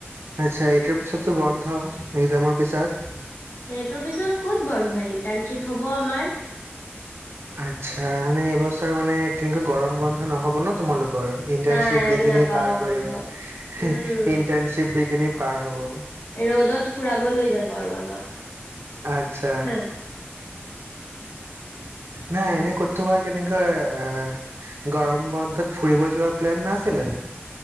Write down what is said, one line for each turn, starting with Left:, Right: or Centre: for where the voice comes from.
Right: আচ্ছা এইটোৰ পিছতো বন্ধ একজামৰ পিছত
Left: সেইটোৰ পিছত ক'ত বন্ধ ইণ্টাৰ্ণশ্বিপ হ'ব আমাৰ
Right: আচ্ছা মানে এইবছৰ মানে কেনেকা গৰম বন্ধ নহব ন তোমালোক কৰ ইন্টচিপ
Left: নাই আমি
Right: দি কিনি
Left: নাপাওঁ
Right: পাৰ
Left: বন্ধ।
Right: পৰিবা হু
Left: উম,
Right: ইন্টচিপ দিকিনি পাৰ হ'ব
Left: ৰ'দত ফুৰাব লৈ যাব আৰু আমাক
Right: আচ্ছা
Left: হু
Right: নাই এনে কৰোবা কেনেকৈ এ গৰম বন্ধত ফুৰিব যোৱাৰ প্লেন নাছিলে